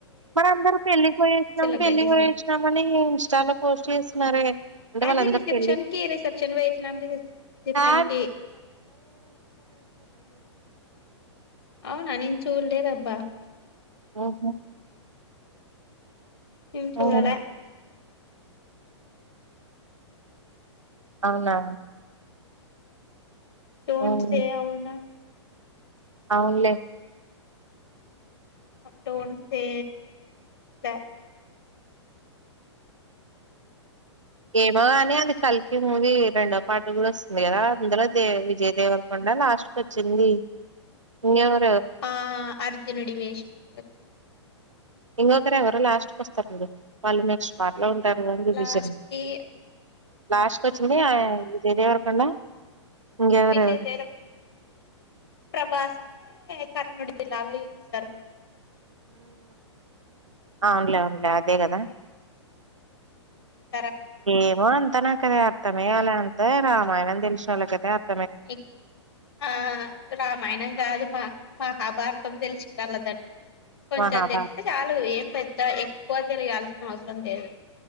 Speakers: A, on the right; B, on the left.
A: మనందరూ పెళ్ళి పోయేసినాం
B: సెలబ్రిటీస్
A: పెళ్ళి పోయేసినాం
B: ని
A: అని ఇంస్టాలో పోస్ట్ చేస్నారే అంటే
B: అది
A: వాళ్ళందరు
B: రిసెప్షన్
A: పెళ్లి
B: కి రిసెప్షన్ పోయిచ్చినాం రిసెప్షన్
A: అ
B: కి అవునా నేన్ చూలేదబ్బా
A: ఆఒ
B: నేన్ చూడాలే
A: హ్మ్. అవునా
B: టోట్
A: ఉమ్
B: స అవునా
A: అవునులే
B: డోంట్ సే దట్
A: ఏమోగాని అది కలికి మూది రెండో పాటు కూడా వస్తుంది కదా అందులో దే విజయ దేవరకొండ లాస్ట్ లో వచ్చింది ఇవ.
B: ఆ అర్జునుడి వేషంలో
A: ఇంకొకరు ఎవరు లాస్ట్ క వస్తారండి వాళ్ళు నెక్స్ట్ పార్ట్. ఎలా ఉంటారు వంది
B: లాస్ట్
A: విషయం
B: కి
A: లాస్ట్ వచ్నే ఆయా విజయ్ దేవరకొండ ఇంకెవరెవరు
B: విజయ తెర ప్రభాస్ కనుడ లాభ ఇ తీ సార్
A: ఆ ఉన్లే ఉన్లే అదే కదా
B: ఉ
A: ఏమో అంతా నా కద మేయాల అంతే రామాయణం తెలిసిన వాళ్ళు కైతే అర్థం
B: నకు ఆ రామాయణం కాదు మా మహాభారతం తెలిసి వాళ్ళ దానికి కొంచెం
A: మహాభారత
B: తెలిస్తే చాలు ఏం పె ఇ ఎక్కువ తిరగాల్సిన అవసరం లేదు